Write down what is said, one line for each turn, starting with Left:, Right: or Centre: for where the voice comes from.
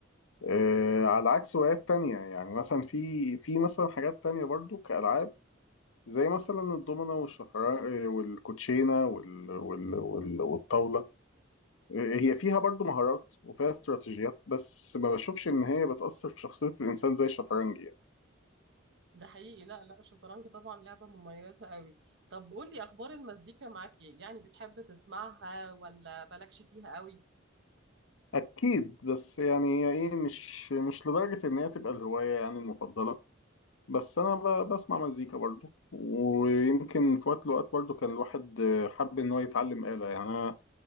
Left: آه على عكس هوايات تانية يعني مثلا في في مثلا حاجات تانية برضو كألعاب زي مثلا الضمنة والشطرنج آه، والكوتشينة وال... وال... وال... والطاولة آه، هي فيها برضو مهارات وفيها استراتيجيات بس ما بشوفش إن هي بتأثر في شخصية الإنسان زي الشطرنج يعني
Right: ده حقيقي لا لا الشطرنج طبعا لعبة مميزة قوي طب قولي أخبار المزيكا معاك إيه يعني بتحب تسمعها ولا مالكش فيها قوي
Left: اكيد بس يعني هي ايه مش مش لدرجه ان هي تبقى الهوايه يعني المفضله بس انا ب- بسمع مزيكا برضو ويمكن في وقت من الاوقات برضو كان الواحد حب ان هو يتعلم آلة يعني انا